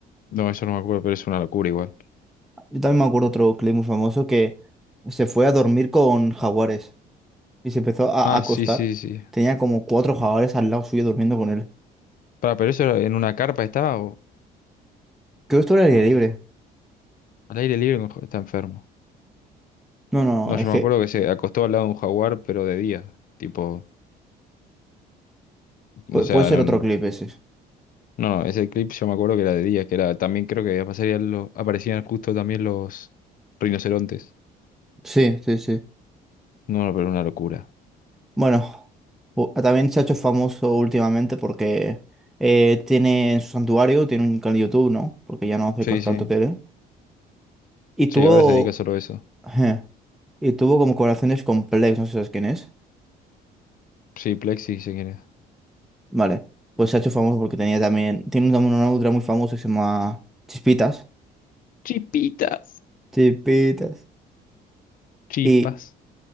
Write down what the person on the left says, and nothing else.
No, eso no me acuerdo, pero es una locura igual.
Ah,
sí, sí, sí.
Para, pero eso en una carpa estaba o
cómo
era?
Al aire libre no, está enfermo.
No,
yo
me acuerdo que se acostó al lado de un jaguar, pero de día. Tipo,
o sea,
no,
no,
no, ese clip yo me acuerdo que era de día, que era también creo que aparecían los, aparecían justo también los rinocerontes.
No, no, pero una locura.
Sí,
sí.
Sí, ahora se dedica solo a eso.
Sí, Plexi, si quieres.
Chipitas.
Chispas.